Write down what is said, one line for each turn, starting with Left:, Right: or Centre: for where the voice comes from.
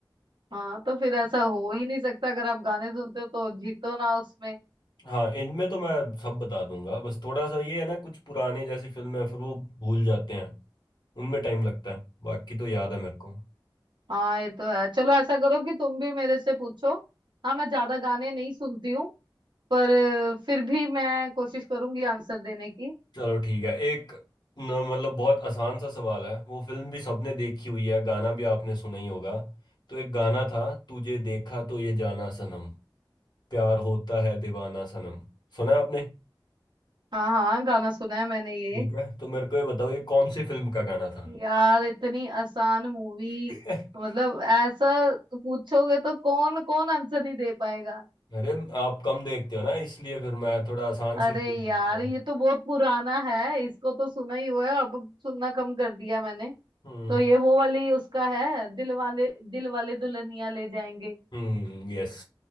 Right: हाँ तो फिर ऐसा हो ही नहीं सकता अगर आप गाने सुनते हो तो जीतो ना उसमें
Left: हाँ इनमें तो मैं सब बता दूंगा बस थोड़ा सा ये है ना कुछ पुराने जैसी फिल्में हैं, फिर वो भूल जाते हैं उनमें टाइम लगता है बाकी तो याद है मेरे को
Right: हाँ ये तो है चलो ऐसा करो कि तुम भी मेरे से पूछो हाँ मैं ज्यादा गाने नहीं सुनती हूँ पर अ, फिर भी मैं कोशिश करूंगी आंसर देने की
Left: चलो ठीक है एक न, मतलब बहुत आसान सा सवाल है वो फिल्म भी सबने देखी हुई है गाना भी आपने सुना ही होगा तो एक गाना था तुझे देखा तो ये जाना सनम प्यार होता है दीवाना सनम सुना है आपने
Right: हाँ हाँ गाना सुना है मैंने ये
Left: ठीक है तो मेरे को ये बताओ ये कौन सी फिल्म का गाना था
Right: यार इतनी आसान मूवी
Left: <laughs>
Right: मतलब ऐसा पूछोगे तो कौन कौन आंसर नहीं दे पाएगा
Left: अरे आप कम देखते हो ना इसलिए फिर मैं थोड़ा आसान
Right: अरे
Left: से शुरू
Right: यार
Left: करता
Right: ये
Left: हूँ
Right: तो बहुत पुराना है इसको तो सुना ही हुआ है अब सुनना कम कर दिया मैंने
Left: हम्म
Right: तो ये वो वाली उसका है दिल वाले दिल वाले दुल्हनिया ले जाएंगे
Left: हम्म यस